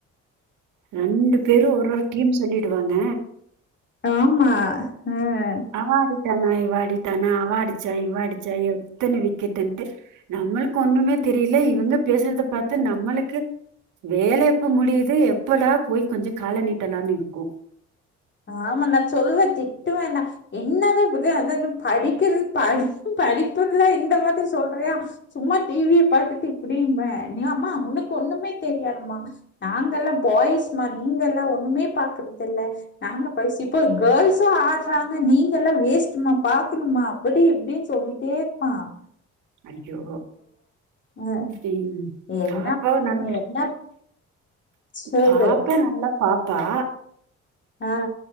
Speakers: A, on the right; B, on the left.
A: ரெண்டு பேரும் ஒரு <unintelligible> சொல்லிடுவாங்க
B: ஆமா அ.
A: ஆமா இவாடிட்டானா அவாடிச்சா இவ்வாடிச்சாய் எத்தன விக்கெட்ட்டு நம்மளுக்கு ஒண்ணுமே தெரியல இவங்க பேசுறத பார்த்தா நம்மளுக்கு வேல எப்ப முடியுது எப்படா போய் கொஞ்சோ கால நீீட்டலாம்னு இருக்கூ
B: ஆமா நான் சொல்லுவ திட்டுவேண்டா என்னதான் புத அத படிக்கிறது ப படிப்புதல்லாம் இந்த மாதிரி சொல்றியா சும்மா டிவியை பாார்த்தட்டு இப்படிமே நீ ஆமா உனக்கு ஒண்ணுமே தெரியாதுமா நாங்க எல்லாம் பாய்ஸ்மா நீங்க எல்லாம் ஒண்ணுமே பாக்குறதுல்ல நாங்க பைசு இப்போ கேர்ள்ஸும் ஆடுறாங்க நீங்க எல்லாம் வேஸ்ட்டுமா பாக்கணுமா அப்படி இப்படின்னு சொல்லிட்டே இருப்பான்
A: ஐயோ
B: அஹ்
A: உம்
B: என்ன
A: பாப்பா வ நல்ல
B: என்ன சொல்லு
A: பாப்பே நல்லா பாப் பா
B: ஆ